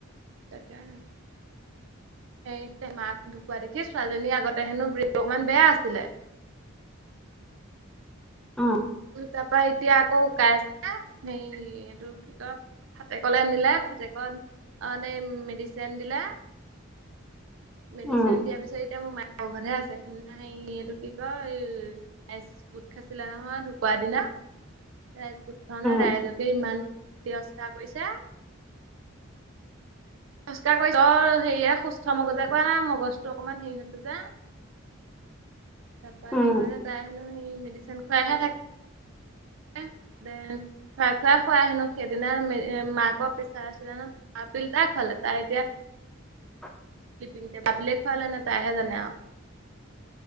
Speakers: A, on the right; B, in the centre.
A: তাকে সেই মাক ঢুকুৱোৱা দেখি ছোৱালীজনীৰ আগতে হেনো বেয়নটো অকমান বেয়া আছিলে।
B: <unintelligible> উম
A: তাৰপা এতিয়া আকৌ <inaudible> হে এইটো কি কয় ফাটেকলে নিলে ফাটেকত অ' এনে মেডিচিন দিলে।
B: <unintelligible>
A: মেডিচিন
B: উম
A: দিয়াৰ পিছত এতিয়া মো মাইক ঘৰতে আছে সিদিনা এইটো কি কয় গোট খাছিল নহয় ঢুকুৱা দিনা গোট খাৱতে নে
B: উম
A: ৰাইজকে ইমান তিৰস্কাৰ কৰিছে। খোজকাাঢ় কৰিছ অ' হেৰিয় সুস্থ মগজে কোৱা না মগজটো অকমান হেৰি হৈছে যে
B: <unintelligible>
A: তাৰপা
B: উম
A: সেই কৰিছে তাই হেনো সেই মেডিচিন খুৱাইহে থাকে খুৱাই খুৱাই খুৱাই আহনো সেইদিনা মাকৰ পেছাৰ আছিলহেনো। পিল এটা খালে তাই এতিয়া।
B: <unintelligible>
A: <unintelligible> খুৱালে নে তাইহে জানে আৰু